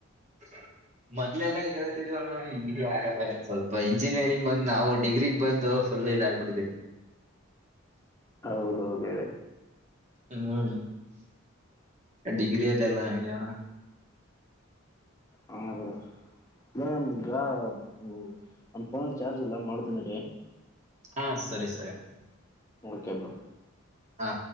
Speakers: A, on the right (about 35°); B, on the left (about 15°).
A: <inaudible> ಮೊದಲೆಲ್ಲ <unintelligible> ಸ್ವಲ್ಪ ಇಂಜಿನಿಯರಿಂಗ್ ಬಂದು ನಾವು ಡಿಗ್ರಿಗ್ ಬಂದು ಎಲ್ಲ ಇದಗ್ಬಿಟ್ಟಿದಿವಿ
B: ಹೌದೌದು ಹೇಳಿ.
A: ಹ್ಮ್ ಡಿಗ್ರಿ ಅದೆಲ್ಲ ಇನ್ನೆನ.
B: ಹ್ಹಾ ಗುರು. ಇಲ್ಲ <unintelligible> ನಮ್ ಫೋನಲ್ಲಿ ಚಾರ್ಜ್ ಇಲ್ಲ ಮಾಡ್ತೀನಿರಿ.
A: ಹ್ಹಾ ಸರಿ ಸರಿ.
B: Okay bro.
A: ಹಾ